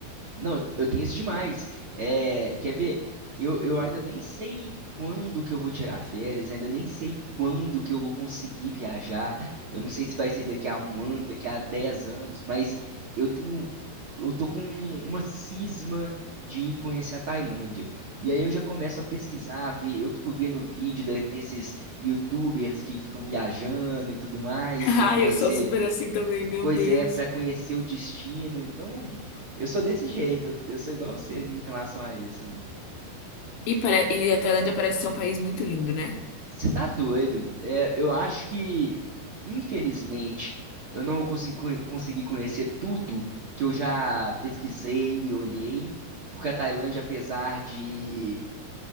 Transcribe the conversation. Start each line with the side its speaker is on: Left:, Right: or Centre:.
Right: Não, eu tenho isso demais. É, quer ver? Eu, eu ainda nem sei quando que eu vou tirar férias, ainda nem sei quando que eu vou conseguir viajar. Eu não sei se vai ser daqui a um ano, daqui a dez anos, mas eu tenho, eu tô com uma cisma de conhecer a Tailândia. E aí eu já começo a pesquisar, ver, eu fico vendo vídeo de- desses YouTubers que ficam viajando e tudo mais
Left: <laughs> Ai,
Right: para conhecer
Left: eu sou super assim também, meu
Right: Pois
Left: Deus.
Right: é, pra conhecer o destino. Então, eu sou desse jeito. Eu eu sou igual você em relação a isso, né?
Left: E, pare- e a Tailândia parece ser um país muito lindo, né?
Right: Você tá doido? É, eu acho que, infelizmente, eu não consegui, co- consegui conhecer tudo que eu já pesquisei e olhei, porque a Tailândia, apesar de,